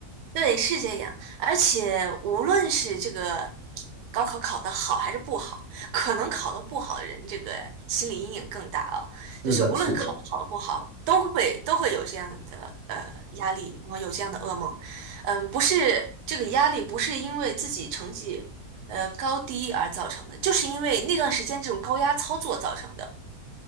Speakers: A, on the right (about 70°); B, on the right (about 40°).
A: 对，是这样。而且无论是这个高考考得好还是不好，可能考得不好的人，这个心理阴影更大啊。
B: 是的，
A: 就是无论考得好不好，
B: 是的。
A: 都会都会有这样的呃压力，然后有这样的噩梦。嗯，不是这个压力不是因为自己成绩呃高低而造成的，就是因为那段时间这种高压操作造成的。